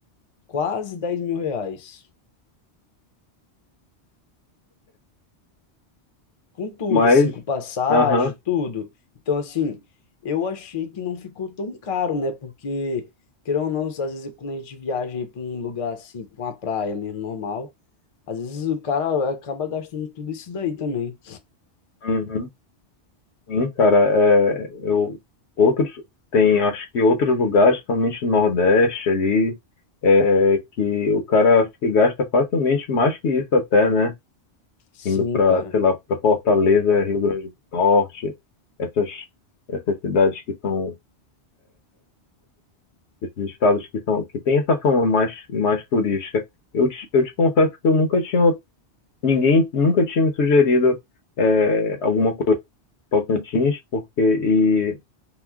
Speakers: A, on the left; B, on the left.
A: quase 10 mil reais. Com tudo,
B: mas.
A: assim, com passagem,
B: Aham,
A: tudo. Então, assim, eu achei que não ficou tão caro, né? Porque, querendo ou não, às vezes quando a gente viaja aí para um lugar assim, para uma praia mesmo, normal, às vezes o cara acaba gastando tudo isso daí também.
B: uhum. Sim, cara. É, eu, outros. Tem, acho que outros lugares, somente no Nordeste ali, é, que o cara acho que gasta facilmente mais que isso até, né?
A: Sim,
B: Indo para,
A: cara.
B: sei lá, para Fortaleza, Rio Grande do Norte, essas, essas cidades que são, esses estados que são, que tem essa fama mais, mais turística. Eu te, eu te confesso que eu nunca tinha ninguém nunca tinha me sugerido é, alguma coisa em Tocantins, porque e